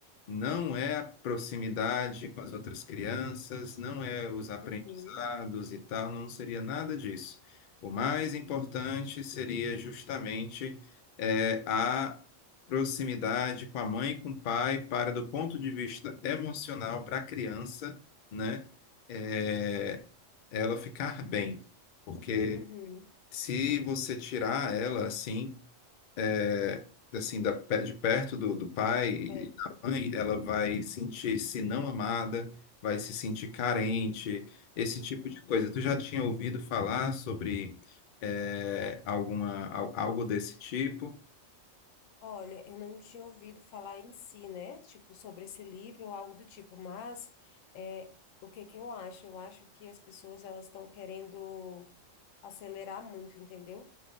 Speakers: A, on the left (about 65°); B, on the left (about 85°).
A: não é a proximidade com as outras crianças, não é os aprendizados
B: uhum,
A: e tal, não seria nada disso. O mais importante seria justamente eh, a proximidade com a mãe e com o pai, para do ponto de vista emocional para a criança, né, eh, ela ficar bem, porque
B: uhum,
A: se você tirar ela assim é, assim, da, pe- de perto do, do pai
B: de
A: e
B: perto.
A: da mãe, ela vai sentir-se não amada, vai se sentir carente, esse
B: Uhum.
A: tipo de coisa. Tu já tinha ouvido falar sobre é, alguma, al- algo desse tipo?
B: Olha, eu não tinha ouvido falar em si, né? Tipo, sobre esse livro ou algo do tipo, mas é, o que que eu acho? Eu acho que as pessoas elas estão querendo acelerar muito, entendeu?